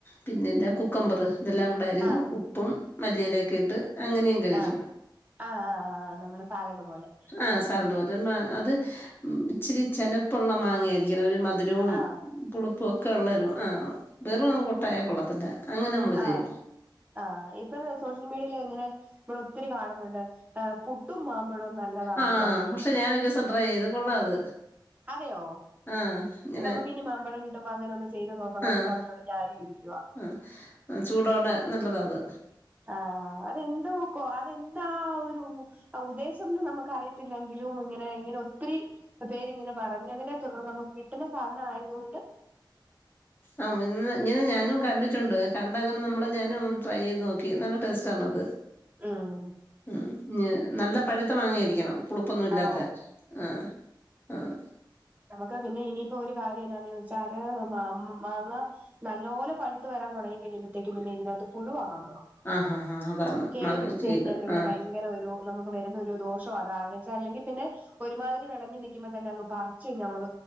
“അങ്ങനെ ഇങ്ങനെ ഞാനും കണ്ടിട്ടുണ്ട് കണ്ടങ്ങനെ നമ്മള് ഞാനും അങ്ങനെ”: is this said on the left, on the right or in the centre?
Left